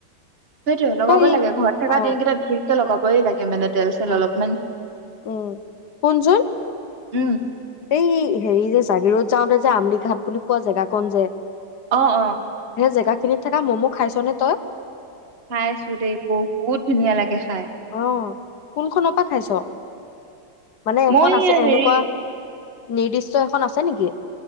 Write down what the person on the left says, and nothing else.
সেই
অ
উম
উম কোনজন?
এই হেৰি যে, জাগিৰোড যাওঁতে যে আমলি ঘাট বুলি পোৱা জেগা কন যে
সেই জেগা খিনিত থকা ম'ম' খাইছ নে তই?
আহ কোনখনৰ পৰা খাইছ? মানে
এখন
আছে এনেকুৱা
নিৰ্দিষ্ট এখন আছে নেকি?